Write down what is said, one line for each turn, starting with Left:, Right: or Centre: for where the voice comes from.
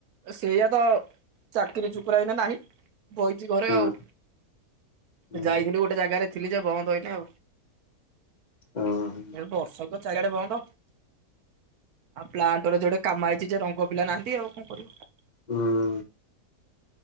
Right: ସେଇଆ ତ ଚାକିରି ଚୁକୁରା ଏଇନେ ନାହିଁ। ବଇଚି ଘରେ
Left: ହୁଁ
Right: ଆଉ।
Left: ହୁଁ
Right: ଯାଇଥିଲି ଗୋଟେ ଜାଗାରେ ଥିଲି ଯେ? ବନ୍ଦ ଏଇନେ ଆଉ।
Left: ହୁଁ
Right: ବର୍ଷା କ ଚାରିଆଡେ ବନ୍ଦ। ଆଉ ପ୍ଲାଣ୍ଟରେ ଯୋଡେ କାମ ଆଇଛି ଯେ ରଙ୍ଗ ପିଲା ନାହଁ ନ୍ତି ଆଉ କଣ କରିବ?
Left: ହୁଁ।